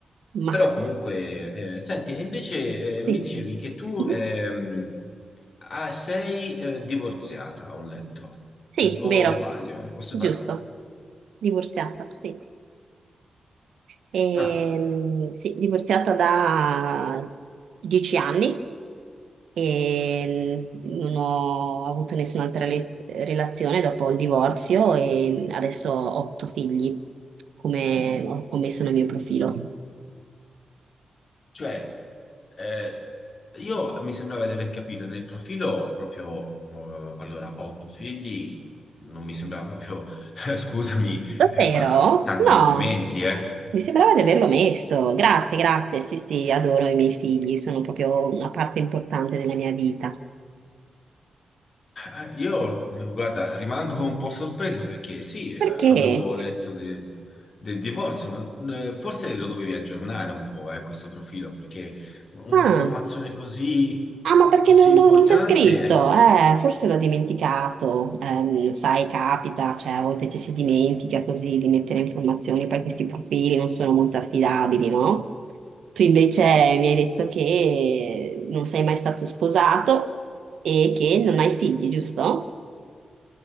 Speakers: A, on the right (about 80°); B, on the left (about 60°).
A: ma
B: però
A: se-
B: comunque, eh, senti, e invece eh, mi
A: sì,
B: dicevi che tu
A: Mhm.
B: ehm, ah, sei eh, divorziata, ho letto,
A: Sì,
B: S- o
A: vero,
B: sbaglio, o separata.
A: giusto, divorziata, sì. Ehm,
B: Ah,
A: sì, divorziata da dieci anni e non ho avuto nessun'altra re- relazione dopo il divorzio e adesso ho otto figli, come ho ho messo nel mio profilo.
B: cioè, eh, io mi sembrava di aver capito nel profilo proprio, eh, allora, otto figli, non mi sembrava proprio, <laughs> scusami,
A: Davvero?
B: eh, ma tanti
A: No,
B: complimenti, eh.
A: mi sembrava di averlo messo. Grazie, grazie. Sì, sì, adoro i miei figli, sono proprio una parte importante della mia vita.
B: Eh, Io, guarda, rimango un po' sorpreso perché sì, eh,
A: Perché?
B: avevo letto de- del divorzio, ma eh, forse lo dovevi aggiornare un po', eh, questo profilo, perché un'informazione
A: Ah.
B: così,
A: Ah, ma perché
B: così
A: non,
B: importante,
A: non- non c'è scritto?
B: ecco,
A: Eh, forse l'ho dimenticato. Ehm, sai, capita, cioè a volte ci si dimentica così di mettere informazioni, poi questi profili non sono molto affidabili, no? Tu invece mi hai detto che non sei mai stato sposato e che non hai figli, giusto?